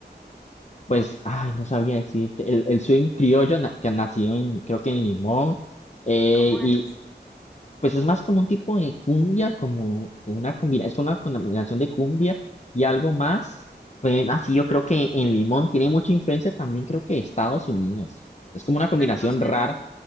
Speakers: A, on the left; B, in the centre.
A: pues, ay, no sabía decirte. El, el swing criollo na- que nació en, creo que en Limón. eh,
B: ¿cómo es.
A: y pues es más como un tipo de cumbia, como una combinación es una combinación de cumbia y algo más. Pues así yo creo que en Limón tiene mucha influencia también, creo que de Estados Unidos. Es como una combinación
B: Pero no suena.
A: rara.